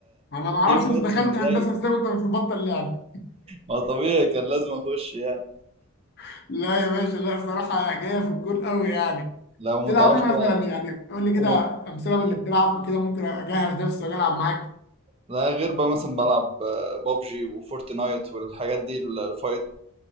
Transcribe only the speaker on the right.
الجيم بادز
من
ايديا
ما طبيعي كان لازم اخش يعني
لو ما
تعرفش
بقى
وما...
لا غير بقى مثلا بلعب بابجي وفورتنايت والحاجات دي الفايت